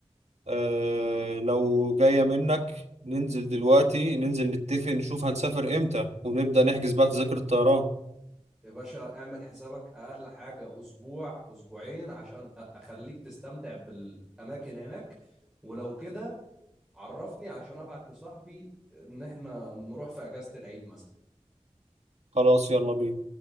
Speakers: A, on the right; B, in the centre.
A: اه لو جاية منك ننزل دلوقتي ننزل نتفق نشوف هنسافر امتى ونبدأ نحجز بقى تذاكر الطيران
B: يا باشا اعمل حسابك اقل حاجه اسبوع اسبوعين عشان أ- اخليك تستمتع بالاماكن هناك ولو كده عرفني عشان ابعت لصاحبي ان احنا نروح في اجازه العيد مثلا
A: خلاص يلا بينا